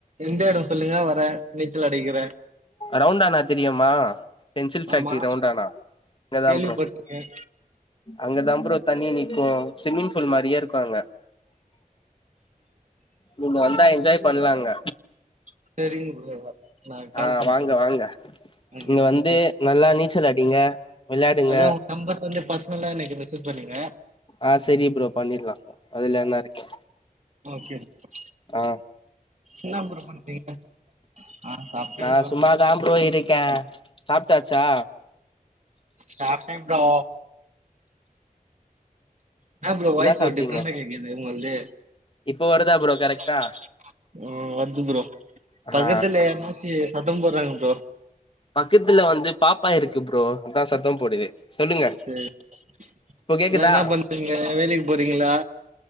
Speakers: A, on the right; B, on the left.
A: எந்த எடோ சொல்லுங்க வர நீச்சல் அடிக்கிற
B: ரவுண்டானா தெரியுமா பென்சில் ஃபேக்ட்ரி
A: ஆமா
B: ரவுண்டாணா இங்கதா
A: கேள்விப்பட்டிருக்கேன்
B: ப்ரோ அங்கதா ப்ரோ தண்ணி நிக்கு சிவிம்மிங் ஃபூல் மாரியே இருக்கு அங்க நீங்க வந்தா என்ஜாய் பண்லா அங்க
A: செரிங் ப்ரோ நா கால்
B: அ
A: பண்றே
B: வாங்க வாங்க
A: அங்க
B: இங்க
A: வந்துட்டு
B: வந்து நல்லா நீச்சல் அடிங்க விளாடுங்க
A: அதா உங்க நம்பர் வந்து பர்ஸ்னலா இன்னைக்கு விசிட் பண்ணுங்க
B: அ சரி ப்ரோ பண்ணிறலா அதுல என்ன இருக்கு
A: ஓகே ப்ரோ
B: ஆ
A: என்னா ப்ரோ பண்றீங்க ஆ சாப்ட்டே
B: நா
A: ப்ரோ
B: சும்மா தா ப்ரோ இருக்க சாப்ட்டாச்சா
A: சாப்ட்ட ப்ரோ என்னா ப்ரோ
B: என்ன
A: வாய்ஸ்
B: சாப்ட்டீங்க
A: ஒரு டிஃப்ரெண்டா கேக்குது உங்கள்து
B: இப்போ வருதா
A: <unintelligible>
B: ப்ரோ கரெக்டா
A: ம் வருது ப்ரோ
B: ஆ
A: பக்கத்துல யார்னாச்சி சத்தம் போட்றாங்க ப்ரோ
B: பக்கத்துல வந்து பாப்பா இருக்கு ப்ரோ அதா சத்தம் போடுது சொல்லுங்க
A: சேரி அதா
B: இப்போ கேக்குதா
A: என்ன என்னா பண்றீங்க வேலைக்கு போறீங்களா